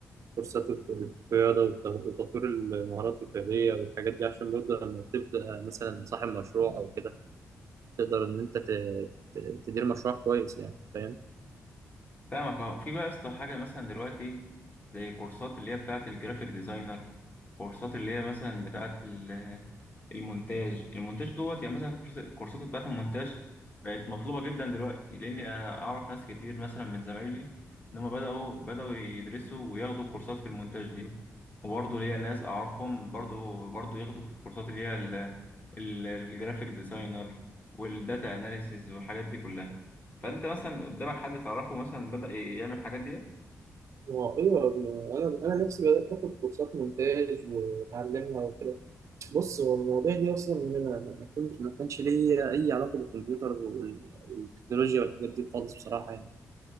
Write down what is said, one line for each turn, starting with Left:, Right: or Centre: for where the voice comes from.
Right: كورسات القيادة وت- وتطوير المهارات القيادية والحاجات دي عشان برضه لما تبدأ مثلا صاحب مشروع أو كده تقدر إن أنت ت- ت- تدير مشروع كويس يعني فاهم؟
Left: فاهمك اه في بقى يا اسطى حاجه مثلا دلوقتي زي كورسات اللي هي بتاعه الجرافيك ديزاينر كورسات اللي هي مثلا بتاعه ال- المونتاج المونتاج دوت يعني مثلا الكورس- الكورسات بتاعه المونتاج بقت مطلوبه جدا دلوقتي لان انا اعرف ناس كتير مثلا من زمايلي ان هم بداوا بداوا يدرسوا وياخدوا كورسات في المونتاج دي وبرضه ليا ناس اعرفهم برضه برضه ياخدوا في الكورسات اللي هي ال- ال- الجرافيك ديزاينر والداتا اناليسيز والحاجات دي كلها فانت مثلا قدامك حد تعرفه مثلا بدأ يعمل الحاجات ديت
Right: هو ايوه انا انا نفسي بدات اخد كورسات مونتاج واتعلمها وكده بص هو المواضيع دي اصلا ان انا ما كنت ما كانش ليا اي علاقه بالكمبيوتر وال- والتكنولوجيا والحاجات دي خالص بصراحه يعني